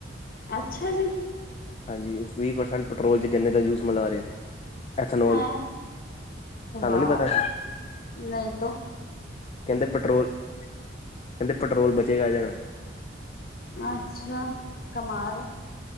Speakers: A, on the left (about 55°); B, on the left (about 35°).
A: ਅੱਛਾ ਜੀ।
B: ਹਾਂਜੀ, ਵੀਹ ਪ੍ਰਸੈਂਟ ਪੈਟਰੋਲ ਚ, ਗੰਨੇ ਦਾ ਜੂਸ ਮਿਲਾ ਰਿਹਾ। ਐਥਨੋਲ
A: ਹੈਂ,
B: ਤੁਹਾਨੂੰ
A: ਵਾਹ,
B: ਨੀ ਪਤਾ ਸੀ।
A: ਨਹੀਂ ਤੋਂ
B: ਕਹਿੰਦੇ ਪੈਟਰੋਲ, ਕਹਿੰਦੇ ਪੈਟਰੋਲ ਬਚੇਗਾ ਇਹਦੇ ਨਾਲ।
A: ਅੱਛਾ, ਕਮਾਲ ਏ,